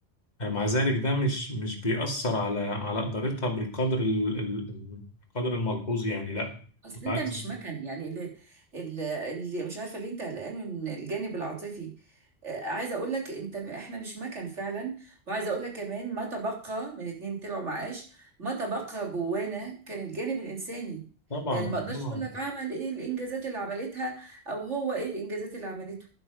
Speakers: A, on the left; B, on the right.
A: يعني مع ذلك ده مش مش بيأثر على على إدارتها بالقدر ال... ال... ال- القدر الملحوظ يعني لا
B: اصل
A: بالعكس
B: انت مش مكن يعني اللي اللي, اللي مش عارفه ليه انت قلقان من الجانب العاطفي آه، عايزه اقول لك انت احنا مش مكن فعلا وعايزه اقول لك كمان ما تبقى من اتنين طلعوا معاش ما تبقى جوانا كان الجانب الانساني
A: طبعا
B: يعني ما اقدرش
A: طبعا
B: اقول لك عمل ايه الانجازات اللي عملتها او هو ايه الانجازات اللي عملته